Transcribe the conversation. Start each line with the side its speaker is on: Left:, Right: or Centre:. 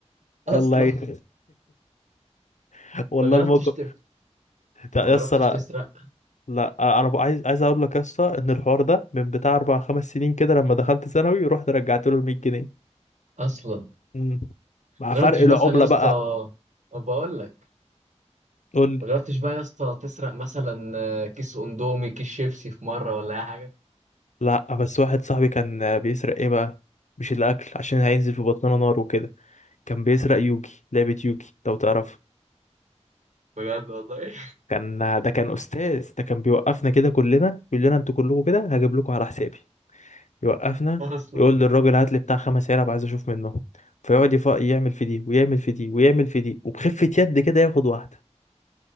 Right: اصلا
Left: يلا ايه <laughs> والله
Right: ما جربتش
Left: الموقف
Right: تب
Left: لا يا
Right: ما جربتش
Left: اسطى لا
Right: تسرق
Left: لا انا أنا بقى عايز عايز اقول لك يا اسطى ان الحوار ده من بتاع اربع خمس سنين كده لما دخلت ثانوي رحت رجعت له ال 100 جنيه
Right: اصلا
Left: مم. مع
Right: ما
Left: فرق
Right: جربتش
Left: العملة
Right: مثلا يا اسطى
Left: بقى
Right: ما بقول لك
Left: قول
Right: ما جربتش بقى يا اسطى تسرق مثلا آه، كيس اندومي كيس شيبسي في مره ولا اي حاجه
Left: لا بس واحد صاحبي كان بيسرق ايه بقى مش الاكل عشان هينزل في بطننا نار وكده كان بيسرق يوجي لعبة يوجي لو تعرف
Right: بجد والله
Left: كان ده كان استاذ ده كان بيوقفنا كده كلنا يقول لنا انتوا كلكم كده هجيب لكم على حسابي يوقفنا
Right: <laughs> اصلا
Left: يقول للراجل هات لي بتاع خمس علب عايز اشوف منه فيقعد يف- يعمل في دي ويعمل في دي ويعمل في دي وبخفة يد كده ياخد واحدة